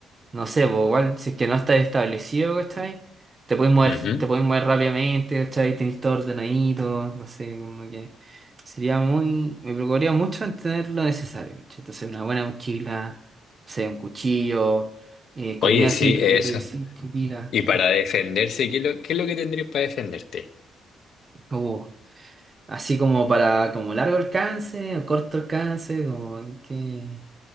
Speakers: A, on the right (about 30°); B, on the left (about 65°).
A: No sé, pues igual, si es que no estás establecido, ¿cachai? Te puedes mover,
B: Ujú.
A: te puedes mover rápidamente, ¿cachai? Tenés todo ordenadito, no sé, como que sería muy, me preocuparía mucho en tener lo necesario, ¿cachai? Entonces una buena mochila, no sé, un cuchillo, eh, comida
B: Oye,
A: así,
B: sí,
A: lo
B: eso.
A: que tú decís, chiquitita.
B: Y para defenderse, ¿qué es lo, qué es lo que tendrías para defenderte?
A: Uh, así como para, como largo alcance, o corto alcance, como que,